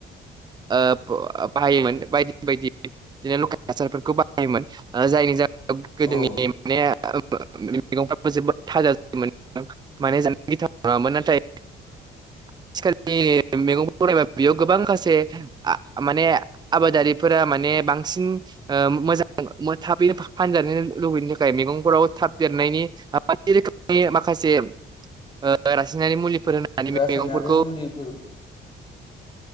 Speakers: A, on the right (about 20°); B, on the left (about 25°).
A: <unintelligible> बाहायोमोन बायदि बायदि बिदिनो लकेल हासारफोरखौ बाहायोमोन ओ जायनि जा <unintelligible> गोदोनि
B: औ
A: <unintelligible> <unintelligible> मैगंफोराबो जोबोद थाजा जायोमोन <unintelligible> नङामोन। नाथाय
B: <inaudible>
A: आथिखालनि मैगं फोरखौ <unintelligible> बेयाव गोबां <unintelligible> <unintelligible> माने आबादारिफोरा माने बांसिन ओ मोजा <unintelligible> फानजानो लुबैनो थाखाय मैगंफोराव थाब देरनायनि बायदि रोखोमनि माखासे ओ रासायनारि मुलिफोर होनानै
B: रासायनारि
A: मैगंफोरखौ
B: मुलिफोर